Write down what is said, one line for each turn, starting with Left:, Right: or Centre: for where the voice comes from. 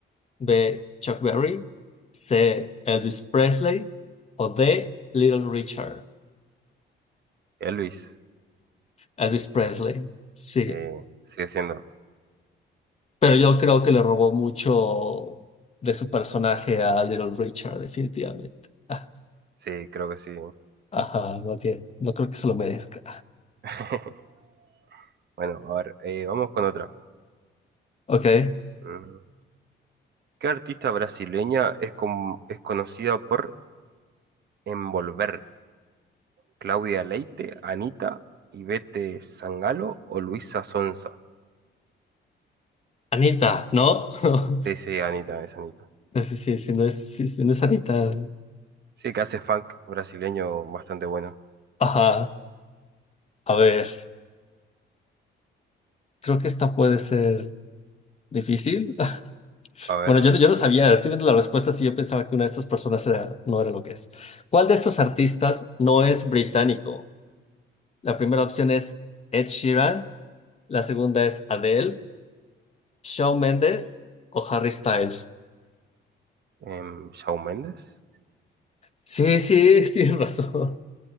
Left: B, Chuck Berry, C, Elvis Presley o D, Little Richard.
Right: Elvis,
Left: Elvis Presley. Sí.
Right: sí, sigue siendo.
Left: Pero yo creo que le robó mucho de su personaje a Little Richard, definitivamente. Ah,
Right: Sí, creo que sí.
Left: Ajá, más bien. No creo que se lo merezca.
Right: <laughs> Bueno, a ver, eh, vamos con otra.
Left: Ok.
Right: Mm. ¿Qué artista brasileña es, con- es conocida por envolver? ¿Claudia Leite, Anita, Ivete Sangalo o Luisa Sonza?
Left: Anita, ¿no? <laughs>
Right: Sí, sí, Anita, es Anita.
Left: No, Sí, sí, sí, no es, sí, sí, no es Anita. ¿no?
Right: Sí, que hace funk brasileño bastante bueno.
Left: Ajá. A ver, creo que esta puede ser difícil. <laughs>
Right: A ver,
Left: Bueno, yo, no- yo no sabía, estoy viendo la respuesta y yo pensaba que una de estas personas era- no era lo que es. ¿Cuál de estos artistas no es británico? La primera opción es Ed Sheeran, la segunda es Adele. ¿Shawn Mendes o Harry Styles?
Right: em, Shawn Mendes.
Left: Sí, sí, <laughs> tienes razón.